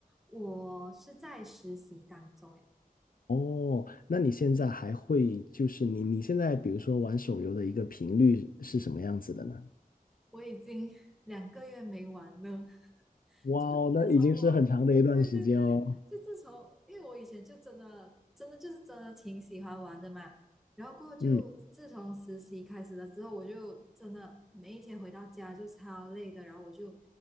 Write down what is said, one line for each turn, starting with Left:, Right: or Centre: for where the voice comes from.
Centre: 我是在实习当中，哎，
Left: 哦，那你现在还会就是你你现在比如说玩手游的一个频率是什么样子的呢？
Centre: 我已经两个月没玩了。<laughs>
Left: 哇哦，
Centre: 就自从我，
Left: 那已经是很长的一段时间哦。
Centre: 对对对，就自从，因为我以前就真的真的就是真的挺喜欢玩的嘛。然后过后就自从实习开始了之后，
Left: 嗯
Centre: 我就真的每一天回到家就超累的，然后我就